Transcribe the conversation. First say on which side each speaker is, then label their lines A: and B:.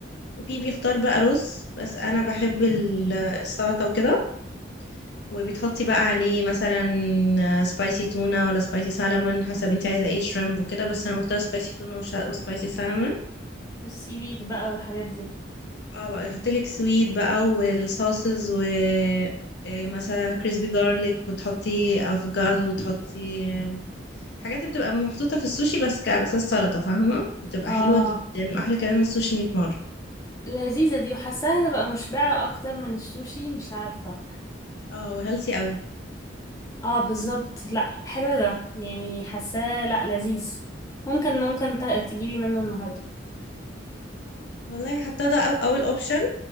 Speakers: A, on the left; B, on the left.
A: وفي بيختار بقى رز بس انا بحب ال- السلطه وكده وبتحطي بقى عليه مثلا سبايسي تونه ولا سبايسي سالمون حسب انت عايزه ايه شريمب وكده بس انا بختار سبايسي تونه وسبايسي سالمون
B: والسيويد بقى والحاجات دي
A: اه بقى يحطلك سويت بقى والصوصز و إيه مثلا كريسبي جارليك وتحطي افوكادو وتحطي حاجات اللي بتبقى محطوطه في السوشي بس على اساس سلطه فاهمه بتبقى
B: اه
A: حلوه جدا واحلى كمان من السوشي 100 مره
B: لذيذة دي وحاساها تبقى مشبعة أكتر من السوشي مش عارفة
A: اه وهيلثي قوي
B: اه بالظبط لأ حلو ده يعني حاساه لأ لذيذ ممكن ممكن ت- تجيبي منه النهاردة
A: والله حتى ده أو- اول اوبشن